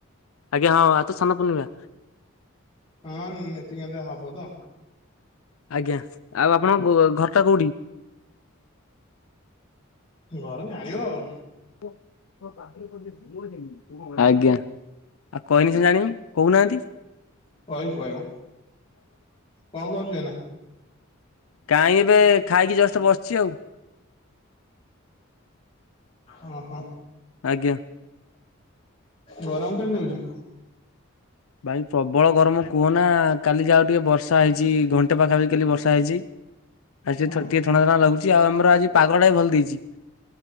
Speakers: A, on the left; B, on the left.
A: ଆଜ୍ଞା ହଁ ଆଉ ତ ସ୍ନାନ ପୂର୍ଣ୍ଣିମା
B: ହଁ ନୀତିକାନ୍ତି ହବ ତ?
A: ଆଜ୍ଞା ଆଉ ଆପଣଙ୍କ ଗୁ ଘରଟା କୋଉଠି?
B: ଘର ଜାଣିଵ ଆଉ।
A: ମୁଁ ପାଖରେ <unintelligible> ଆଜ୍ଞା ଆଉ କହିନି ସେ ଜାଣିବି କହୁନାହାନ୍ତି।
B: କହିବୁ କହିବୁ କଣ କରୁଛୁ ଏଇନା?
A: କାହିଁ ଏବେ ଖାଇକି ଜଷ୍ଟ ବସିଛି ଆଉ
B: ଓ ହୋ।
A: ଆଜ୍ଞା।
B: ଗରମ କେମିତି ହଉଛି?
A: ଭାଇ ପ୍ରବଳ ଗରମ କୁହନା କାଲି ଯାହା ଟିକେ ବର୍ଷା ହେଇଛି ଘଣ୍ଟେ ପାଖାପାଖି କାଲି ବର୍ଷା ହେଇଛି। ଆଜି
B: ଓହୋ
A: ଟିକେ ଥଣ୍ଡା ଥଣ୍ଡା ଲାଗୁଛି ଆଉ ଆମର ଆଜି ପାଗଳ ଟା ବି ଭଲ ଦେଇଛି।